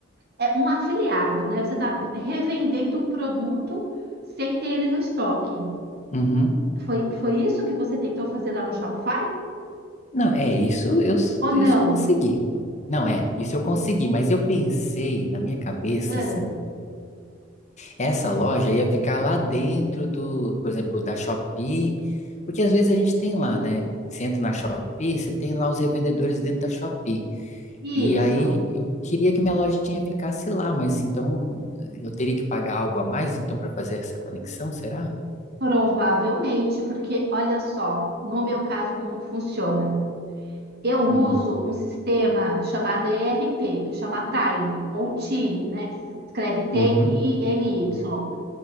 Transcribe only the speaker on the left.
uhum.
Não, é isso eu,
isso eu consegui. Não, é, isso eu consegui, mas eu pensei na minha cabeça
assim, essa loja ia ficar lá dentro do, por exemplo, da Shopee, porque às vezes a gente tem lá, né? Você entra na Shopee, você tem lá os revendedores dentro da Shopee.
E aí eu queria que minha lojinha ficasse lá, mas então eu teria que pagar algo a mais então para fazer essa conexão, será?
Ah,
uhum.